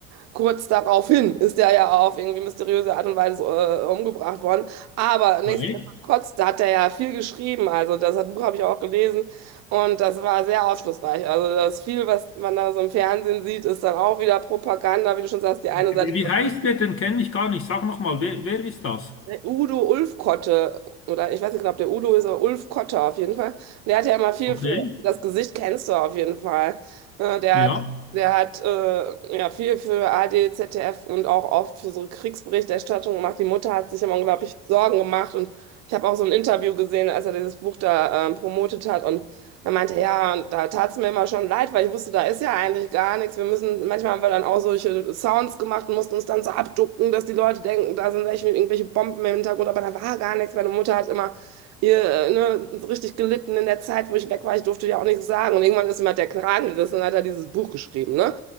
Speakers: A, on the right; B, on the left.
A: Kurz daraufhin ist der ja auf irgendwie mysteriöse Art und Weise äh, umgebracht worden. Aber nichtsdestotrotz,
B: Ah, echt?
A: da hat er ja viel geschrieben. Also das hat- Buch habe ich auch gelesen und das war sehr aufschlussreich. Also das viel, was man da so im Fernsehen sieht, ist dann auch wieder Propaganda, wie du schon sagst, die
B: Wie,
A: eine Seite.
B: wie heißt der? Den kenne ich gar nicht. Sag nochmal, wer, wer ist das?
A: Der Udo Ulfkotte, oder ich weiß nicht genau, ob der Udo ist, aber Ulfkotte auf jeden Fall. Und der hat ja immer viel
B: Okay,
A: für das Gesicht kennst du auf jeden Fall. Äh, Der
B: ja.
A: hat, der hat äh, ja viel für ARD, ZDF und auch oft für so Kriegsberichterstattung gemacht. Die Mutter hat sich immer unglaublich Sorgen gemacht und ich habe auch so ein Interview gesehen, als er dieses Buch da ähm, promotet hat und er meinte, ja, und da tat es mir immer schon leid, weil ich wusste, da ist ja eigentlich gar nichts. Wir müssen, manchmal haben wir dann auch solche Sounds gemacht und mussten uns dann so abducken, dass die Leute denken, da sind echt irgendwelche Bomben im Hintergrund, aber da war gar nichts. Meine Mutter hat immer ihr, äh, ne, so richtig gelitten in der Zeit, wo ich weg war. Ich durfte ja auch nichts sagen. Und irgendwann ist mir der Kragen gerissen und hat er dieses Buch geschrieben, ne?